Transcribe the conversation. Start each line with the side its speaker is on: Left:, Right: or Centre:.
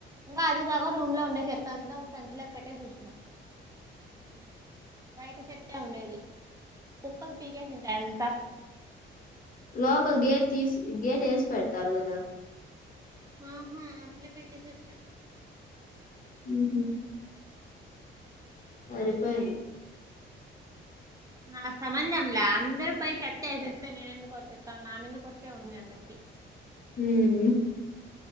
Right: ఇంకా అది కాక రూమ్ లో ఉండే చెత్త అంతా సంచలకు పెట్టేసి వచ్చిన బయట చెత్తే ఉండేది ఒప్పల్ పీకేసింటార్ ఎంత
Left: లోపల గేట్ తీసి గేట్ ఏసి పెడతారు కదా
Right: ఉహు అట్లే పెట్టేసచ్చా
Left: ఉహు అరే రిఫైండ్.
Right: నాకు సంబంధం లే అందరు పైకి ఎతేస్తే నేనెందుకు వచ్చేస్తాను నా మీదకు వస్తే ఉంది అందరికి.
Left: ఉమ్.